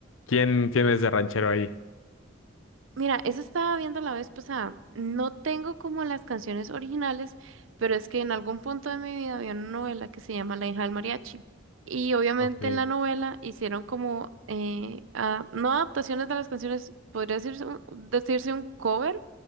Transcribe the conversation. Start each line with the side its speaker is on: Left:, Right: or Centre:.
Left: ¿Quién tienes de ranchero ahí?
Right: Mira, eso estaba viendo la vez pasada. No tengo como las canciones originales, pero es que en algún punto de mi vida había una novela que se llama La hija del mariachi. Y obviamente
Left: Ok.
Right: en la novela hicieron como, eh, a- no adaptaciones de las canciones, podría decirse un, decirse un cover